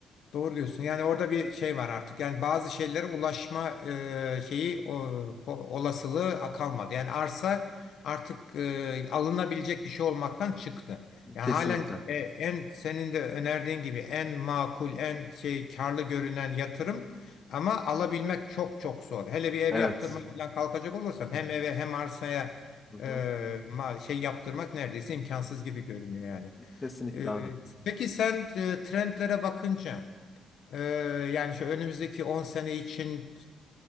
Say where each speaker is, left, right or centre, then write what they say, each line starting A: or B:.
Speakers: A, on the left; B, on the left.
A: Doğru diyorsun. Yani orada bir şey var artık. Yani bazı şeylere ulaşma e, şeyi o, po- olasılığı kalmadı. Yani arsa artık e, alınabilecek bir şey olmaktan çıktı. Yani
B: kesinlikle.
A: halen e, en senin de önerdiğin gibi en makul, en şey karlı görünen yatırım ama alabilmek çok çok zor. Hele bir ev
B: Evet.
A: yaptırmaya falan kalkacak olursan hem eve hem arsaya
B: Hı hı.
A: e, ma- şey yaptırmak neredeyse imkansız gibi görünüyor yani.
B: Kesinlikle
A: E,
B: abi.
A: peki sen e, trendlere bakınca ee, yani şu önümüzdeki 10 sene için